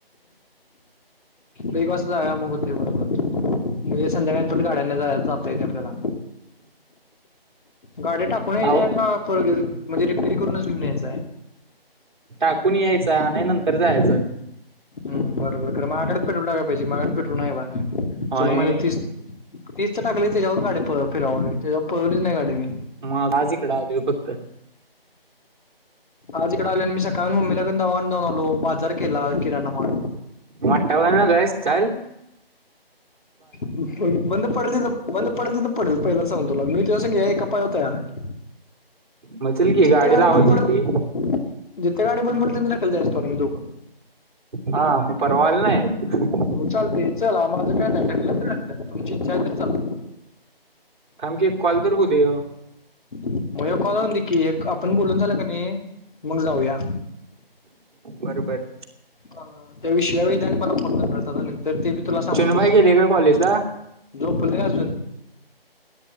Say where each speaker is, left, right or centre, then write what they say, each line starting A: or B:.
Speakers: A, on the left; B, on the right.
A: एक वाजता जाऊया मग होतय बरोबर संध्याकाळी आणि परत गाड्यांना जाय जाता येतंय आपल्याला. गाड्या टा पण हे
B: अहो
A: जे का <unintelligible> म्हणजे रिपेरी करूनच घेऊन यायंच हाय.
B: टाकून यायचा आणाय नंतर जायचं.
A: बर, बर मग माझ्या गाडीत पेट्रोल टाकाय पाहिजे माझ्या पेट्रोल नाही बघा
B: होय
A: तुला माहितय तीस तीसच टाकलंय त्याच्यावर गाडी पळ फिरावली त्याच्यावर पळवलीच नाही गाडी मी.
B: मग आज हिकडं आलोय फक्त.
A: आज इकडे आलो आणि मी सकाळी मम्मीला कन दवाखान्यात जाऊन आलो, बाजार केला किराणामाल.
B: मोठा होऊ नकस चल.
A: बंद पडल तिथं, बंद पडल तिथं पडलं पहिला सांगतो तुला. मी तुझ्या संग याय एका पायावर तयार आहे
B: मग चल की
A: जिथं गाडी
B: लावायची
A: बंद पडलं,
B: ती
A: जिथ गाडी बंद पडलं तिथन ढाकलता येतो आम्ही दोघं.
B: हा मग परवा आल नाही.
A: मग चालते चल माझं काय नाही ढकलतं तर ढकलतं तुमची इच्छा आहे तर चला.
B: थांब की एक कॉल तर होऊ दे ह्यो.
A: मग ह्यो कॉल होऊन दे की एक आपण बोलून झालं का नाही, मग जाऊया.
B: बर बर.
A: अ त्या विशव्या, वेद्यानी मला फोन केला. आता नंतर ते बी तुला सांगतो.
B: चुनूभाई गेले का कॉलेजला
A: झोपलय अजून.